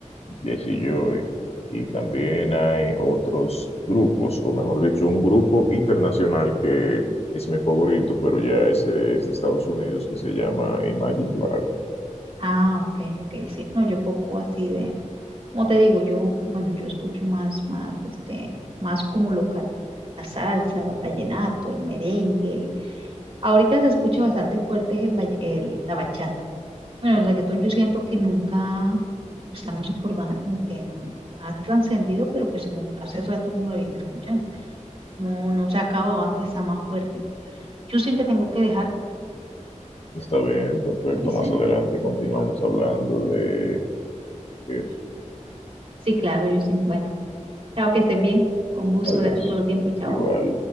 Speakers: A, on the left; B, on the right.
A: Jessie Joy y también
B: sí.
A: hay otros grupos, o mejor dicho, un grupo internacional que es mi favorito, pero ya ese es de Estados Unidos, que se llama Imagine Dragons.
B: Ah, ok, ok, sí. No, yo poco así de, como te digo, yo, bueno, yo escucho más, más, este, más como local. La salsa, la vallenato, el merengue. el- Ahorita se escucha bastante fuerte es el, valle- el- la bachata. Bueno, el reggaetón yo siento que nunca, pues la música urbana como que n- ha trascendido, pero pues nunca, hace rato uno la viene escuchando. No, no se ha acabado, antes está más fuerte. Justin, te tengo que dejar,
A: Está bien, perfecto.
B: ¿viste?
A: Más adelante continuamos
B: Bueno,
A: hablando de eso.
B: Sí, claro, Justin. Bueno, chao, que estés bien. Un gusto,
A: Adiós.
B: gracias por tu tiempo, chao.
A: Igual.